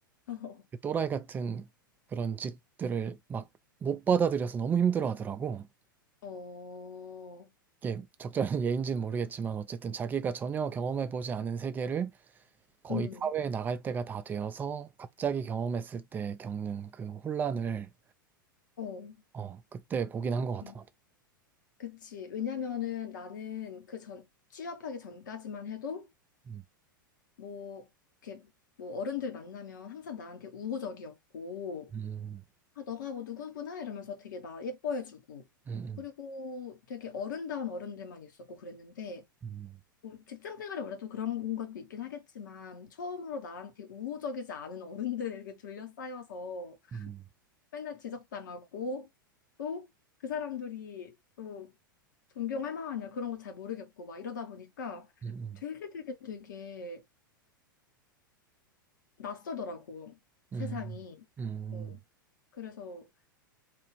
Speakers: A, on the left (about 60°); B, on the right (about 15°).
A: <laughs>
B: 그 또라이 같은 그런 짓들을 막 못 받아들여서 너무 힘들어 하더라고.
A: 어,
B: 이게 적절한 <laughs> 예인지는 모르겠지만 어쨌든 자기가 전혀 경험해보지 않은 세계를 거의
A: 응,
B: 사회에 나갈 때가 다 되어서 갑자기 경험했을 때 겪는 그 혼란을
A: 어,
B: 어, 그때 보긴 한 것 같아.
A: 음.
B: 나도.
A: 그치. 왜냐면은 나는 그 전, 취업하기 전까지만 해도
B: 음,
A: 뭐, 이렇게 뭐 어른들 만나면 항상 나한테 우호적이었고,
B: 음,
A: 아, 너가 뭐 누구구나 이러면서 되게 나 예뻐해주고,
B: 음,
A: 그리고 되게 어른다운 어른들만 있었고 그랬는데,
B: 음,
A: 뭐 직장 생활이 원래 또 그런 것도 있긴 하겠지만 처음으로 나한테 우호적이지 않은 어른들에게 둘러싸여서
B: 음,
A: 맨날 지적당하고 또 그 사람들이 또 존경할 만하냐 그런 거 잘 모르겠고 막 이러다 보니까
B: 음,
A: 되게 되게 되게 낯설더라고
B: 음,
A: 세상이.
B: 음. 음.
A: 어, 그래서